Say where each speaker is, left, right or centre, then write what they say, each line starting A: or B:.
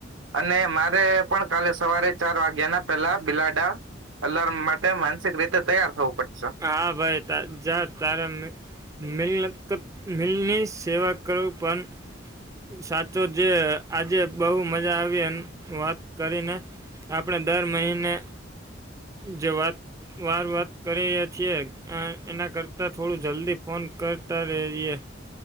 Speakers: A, on the right (about 80°); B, on the right (about 15°).
A: અને મારે પણ કાલે સવારે ચાર વાગ્યા ના પેલા બિલાડા અલાર્મ માટે માનસિક રીતે તૈયાર થવું પડ.
B: હા ભાઈ તા જા તારા મલ <inaudible> મિલની સેવા કરો પણ સાચો જે આજે બહુ મજા આવી એમ વાત કરીને આપણે દર મહિને જે વાત વાર વાત કરીએ <unintelligible> એના કરતાં થોડું જલ્દી ફોન કર કરતા રઈએ